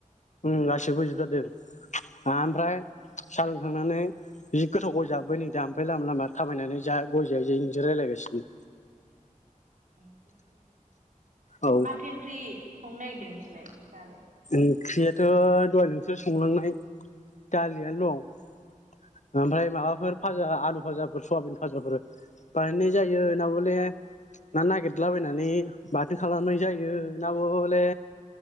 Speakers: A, on the left; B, on the right.
A: उ आसि फैजोब थारदों <inaudible> ओमफ्राय सालोंखांनानै जि गोथाव गय जाबाय नै दा लामा लामा थाबायनानै जा गय जायै जायै नोंजों रायलायगासिनो
B: बिदिसो ए
A: औ
B: माथो ओख्रि? संनो नागिरदों नोंसोरलाय दाले
A: ओंख्रियाथ' दहाय नोंसोर संलांनाय दालियनो दं, ओमफ्राय माबाफोर फाजा आलु फाजाफोर सयाबिन भाजाफोर बानायनाय जायो ना ब'ले ना नागिरलाबायनानै बाथोन खालामनाय जायो ना बले